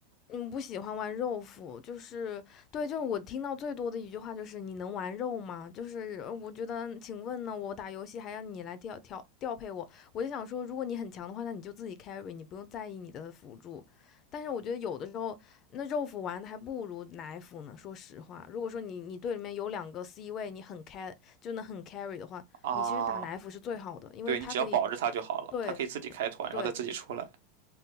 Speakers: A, on the left (about 30°); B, on the right (about 75°).
A: 嗯，不喜欢玩肉辅，就是对，就是我听到最多的一句话就是“你能玩肉吗？”就是呃我觉得，请问呢，我打游戏还要你来调调调配我，我就想说，如果你很强的话，那你就自己 carry，你不用在意你的辅助。但是我觉得有的时候，那肉辅玩的还不如奶辅呢。说实话，如果说你你队里面有两个 C 位，你很 car 就能很 carry 的话，
B: <laughs> 啊，
A: 你其实打奶辅是最好的，因为它可以
B: 对你只要保着她就好了，
A: 对
B: 她可以自己开团，
A: 对
B: 然后再自己出来。